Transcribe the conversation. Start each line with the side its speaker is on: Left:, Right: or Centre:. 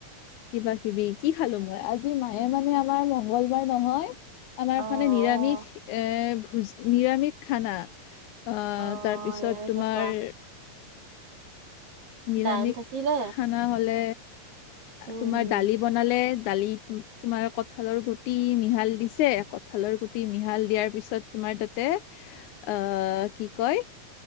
Left: কিবা কিবি কি খালো মই আজি মায়ে মানে আমাৰ মংগলবাৰ নহয় আমাৰ
Right: অ'
Left: মানে নিৰামিষ
Right: অ'
Left: এ ভোজ নিৰামিষ খানা আহ
Right: অ'
Left: তাৰপিছত
Right: নিৰামিষে
Left: তোমাৰ
Right: খোৱা
Left: নিৰামিষ
Right: দাইল থাকিলে
Left: খানা হলে
Right: উম
Left: তোমাৰ
Right: হম
Left: দালি বনালে দালি তোমাৰ কঁঠালৰ গুটি মিহাল দিছে কঁঠালৰ গুটি মিহাল দিয়াৰ পিছত তোমাৰ আমাৰ তাতে আহ কি কয়